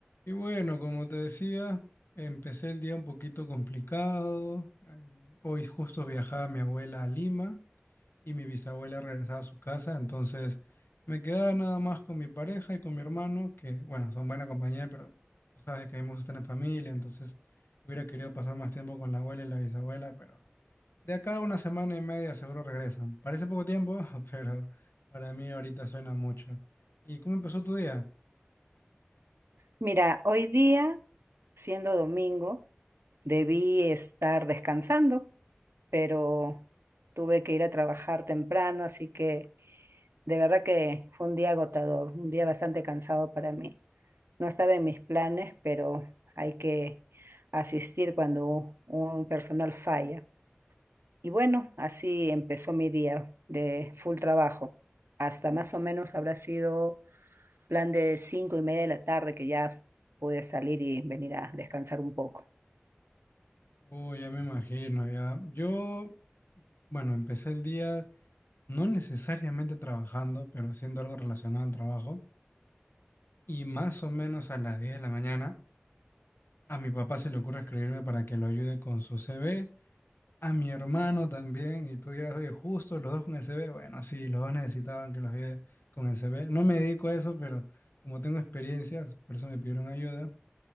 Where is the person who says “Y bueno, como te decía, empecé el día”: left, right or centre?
Left